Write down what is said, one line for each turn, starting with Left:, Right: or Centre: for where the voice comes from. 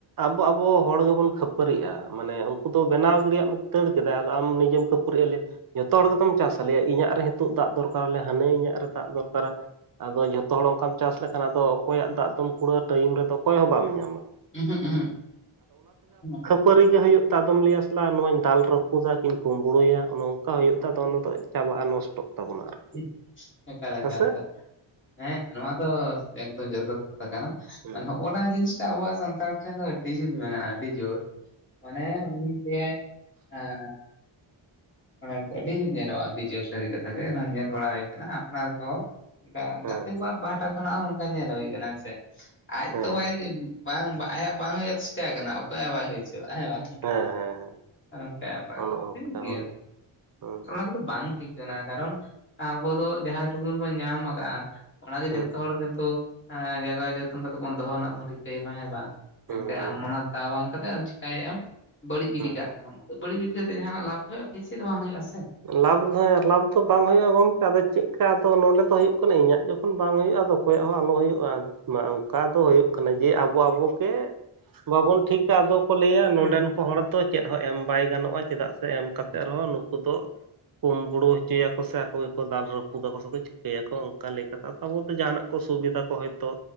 Right: ᱟᱵᱚ ᱟᱵᱚ ᱦᱚᱲ ᱜᱮᱵᱚᱱ ᱠᱷᱟᱹᱯ ᱯᱟᱹᱨᱤᱜᱼᱟ ᱢᱟᱱᱮ ᱩᱱᱠᱩ ᱫᱚ ᱵᱮᱱᱟᱣ ᱜᱤᱰᱤᱭᱟᱜ ᱫᱟᱹᱲ ᱠᱮᱫᱟᱭ ᱟᱫᱚ ᱟᱢ ᱱᱤᱡᱮᱢ ᱠᱷᱟᱹᱯᱨᱤᱜ ᱞᱮᱟ ᱡᱚᱛᱚ ᱦᱚᱲ ᱜᱮᱛᱚᱢ ᱪᱟᱥ ᱟ ᱞᱮᱭᱟᱭ ᱤᱧᱟᱹᱜ ᱨᱮ ᱛᱩᱜ ᱛᱟᱫ ᱫᱚᱨᱠᱟᱨ ᱞᱮ ᱦᱟᱱᱮ ᱣ ᱤᱧᱟᱹᱜ ᱨᱮ ᱫᱟᱜ ᱫᱚᱨᱠᱟᱨᱟ᱾ ᱟᱫᱚ ᱡᱷᱚᱛᱚ ᱦᱚᱲ ᱚᱱᱠᱟᱢ ᱪᱟᱥ ᱞᱮᱠᱷᱟᱱ ᱟᱫᱚ ᱚᱠᱚᱭᱟᱜ ᱫᱟᱜ ᱫᱚᱢ ᱠᱩᱲᱟᱹ ᱟ ᱴᱟᱭᱤᱢ ᱨᱮᱫᱚ ᱚᱠᱚᱭ ᱦᱚᱸ ᱵᱟᱢ ᱧᱟᱢᱟ᱾
Left: ᱩᱸᱦᱩᱜ ᱩᱸᱦᱩᱜ <unintelligible>
Right: ᱯᱟᱹᱨᱤ ᱜᱮ ᱦᱩᱭᱩᱜ ᱛᱟ ᱟᱫᱚᱢ ᱞᱟᱹᱭᱟ ᱥᱟᱞᱟ ᱱᱚᱣᱟᱧ ᱫᱟᱞ ᱨᱟᱹᱯᱩᱫᱟ ᱠᱤᱧ ᱠᱩᱢᱵᱽᱲᱩᱭᱟ ᱚᱱᱠᱟ ᱦᱩᱭᱩᱜ ᱛᱟ ᱟᱫᱚ <unintelligible> ᱪᱟᱵᱟᱜᱼᱟ ᱱᱚᱥᱴᱚᱜ ᱛᱟᱵᱚᱱᱟ ᱟᱨᱠᱤ
Left: <inaudible> ᱮᱠᱟᱞ ᱮᱠᱟᱞ
Right: ᱦᱮᱸᱥᱮ
Left: ᱠᱟᱞ ᱦᱮᱸ ᱱᱚᱣᱟ ᱫᱚ ᱮᱠᱫᱚᱢ ᱡᱚᱛᱷᱟᱛ ᱠᱟᱛᱷᱟ ᱠᱟᱱᱟ
Right: ᱦᱮᱸ
Left: <unintelligible> ᱚᱱᱟ ᱡᱤᱱᱤᱥᱴᱟᱜ ᱟᱵᱚᱣᱟᱜ ᱥᱟᱱᱛᱟᱲ ᱴᱷᱮᱱ ᱫᱚ ᱟᱹᱰᱤ ᱡᱩᱛ ᱢᱮᱱᱟᱜᱼᱟ ᱟᱹᱰᱤ ᱡᱳᱨ᱾ ᱢᱟᱱᱮ ᱩᱱᱤ ᱞᱮᱹᱭᱟᱭ᱾ ᱦᱮᱸ ᱮᱸ ᱢᱟᱱᱮ <inaudible> ᱟᱹᱰᱤ ᱡᱩᱨ ᱧᱮᱞᱚᱜᱼᱟ ᱟᱹᱰᱤ ᱡᱩᱨ ᱥᱟᱨᱤ ᱧᱮᱞ ᱵᱟᱲᱟ ᱦᱩᱭ ᱟᱠᱟᱱᱟ ᱟᱯᱱᱟᱨ ᱠᱚ
Right: ᱦᱮᱸ
Left: ᱜᱟᱛᱮ ᱠᱚᱣᱟᱜ ᱯᱟᱦᱴᱟ ᱠᱷᱚᱱᱟᱜ ᱚᱱᱠᱟ ᱧᱮᱞ ᱦᱩᱭ ᱟᱠᱟᱱᱟ ᱥᱮ ᱟᱡ
Right: ᱦᱮᱸ
Left: ᱛᱚ ᱵᱟᱭ ᱵᱟᱝ ᱟᱭᱟᱜ ᱵᱟᱝ ᱦᱳᱭᱳᱜ <inaudible> ᱠᱟᱱᱟ ᱚᱠᱚᱭᱭᱟᱜ ᱦᱚ ᱵᱟᱭ ᱦᱳᱭ ᱦᱮᱸᱵᱟᱝ
Right: ᱦᱮᱸ ᱦᱮᱸ ᱦᱮᱸ
Left: ᱚᱱ‌ᱚ ᱚᱝᱠᱟ ᱠᱮᱯᱟᱨ
Right: ᱚᱱᱮ ᱚᱱᱠᱟ
Left: ᱴᱷᱤᱠ ᱜᱤᱭᱟ᱾
Right: ᱦᱳᱭ ᱦᱩᱸ
Left: ᱚᱱᱟ ᱠᱚᱫᱚ ᱵᱟᱝ ᱴᱷᱤᱠ ᱠᱟᱱᱟ ᱠᱟᱨᱚᱱ ᱟᱵᱚ ᱫᱚ ᱡᱟᱦᱟᱸ ᱴᱩᱠᱩᱱ ᱵᱚᱱ ᱧᱟᱢ ᱠᱟᱜᱼᱟ ᱚᱱᱟᱜᱮ
Right: ᱦᱩᱸ
Left: ᱡᱚᱛᱚ ᱦᱚᱲ ᱜᱮᱛᱚ ᱟ ᱡᱟᱜᱟᱣ ᱡᱚᱛᱚᱱ ᱠᱟᱛᱮᱜ ᱵᱚᱱ ᱫᱚᱦᱚ ᱨᱮᱱᱟᱜ ᱵᱚᱱ ᱨᱤᱠᱟᱹᱭ ᱢᱟ ᱦᱮᱸ ᱵᱟᱝ
Right: ᱦᱩᱸ
Left: ᱮᱱᱛᱮ
Right: ᱦᱩᱸ
Left: ᱟᱢ ᱚᱱᱟ ᱛᱟ ᱵᱟᱝ ᱠᱟᱛᱮᱜ ᱟᱫᱚ ᱪᱤᱠᱟᱹᱭᱮᱫ ᱟᱢ ᱵᱟᱹᱲᱤᱡ ᱜᱤᱰᱤ
Right: ᱦᱩᱸ
Left: ᱠᱟᱜ ᱥᱟᱱᱟᱢᱟᱜ ᱵᱟᱹᱲᱤᱡ ᱵᱤ ᱠᱟᱛᱮ ᱡᱟᱦᱟᱱᱟᱜ ᱞᱟᱵᱷ ᱦᱩᱭᱩᱜᱼᱟ ᱠᱤ ᱪᱮᱫ ᱫᱚ ᱵᱟᱝ ᱦᱳᱭᱳᱜᱼᱟ ᱥᱮ᱾
Right: ᱞᱟᱵᱷ ᱫᱚ ᱦᱮᱸ ᱞᱟᱵᱷ ᱫᱚ ᱵᱟᱝ ᱦᱩᱭᱩᱜᱼᱟ ᱜᱚᱢᱠᱮ ᱟᱫᱚ ᱪᱮᱫᱠᱟ ᱟᱫᱚ ᱱᱚᱰᱮ ᱫᱚ ᱦᱩᱭᱩᱜ ᱠᱟᱱᱟ ᱤᱧᱟᱹᱜ ᱡᱚᱠᱷ ᱠᱷᱚᱱ ᱵᱟᱝ ᱦᱳᱭᱳᱜᱼᱟ ᱟᱫᱚ ᱚᱠᱚᱭᱟᱜ ᱦᱚᱸ ᱟᱞᱚ ᱦᱳᱭᱳᱜᱼᱟ ᱢᱟ ᱚᱝᱠᱟ ᱫᱚ ᱦᱳᱭᱳᱜ ᱠᱟᱱᱟ ᱡᱮ ᱟᱵᱚ ᱟᱵᱚᱜᱮ ᱵᱟᱵᱚᱱ ᱴᱷᱤᱠᱟ ᱟᱫᱚ ᱠᱚ ᱞᱟᱹᱭᱟ
Left: ᱦᱩᱸ
Right: ᱱᱚᱸᱰᱮᱱ ᱠᱚ ᱦᱚᱲ ᱫᱚ ᱪᱮᱫ ᱦᱚᱸ ᱮᱢ ᱵᱟᱭ ᱜᱟᱱᱚᱜᱼᱟ ᱪᱮᱫᱟᱜ ᱥᱮ ᱮᱢ ᱠᱟᱛᱮᱫ
Left: ᱦᱩᱸ
Right: ᱨᱮᱦᱚᱸ ᱱᱩᱠᱩ ᱫᱚ ᱠᱳᱢᱵᱩᱲᱳ ᱦᱚᱪᱚᱭᱟᱠᱚ ᱥᱮ ᱟᱠᱚ ᱜᱮᱠᱚ ᱫᱟᱞ ᱨᱟᱹᱯᱩᱫᱟᱠᱚ ᱥᱮᱠᱚ ᱪᱤᱠᱟᱹᱭᱟ᱾ ᱚᱱᱠᱟ ᱞᱮᱠᱟᱛᱮ ᱟᱫᱚ ᱟᱵᱚ ᱫᱚ ᱡᱟᱦᱟᱱᱟᱜ ᱠᱚ ᱥᱩᱵᱤᱫᱷᱟ ᱠᱚ ᱦᱚᱭᱛᱳ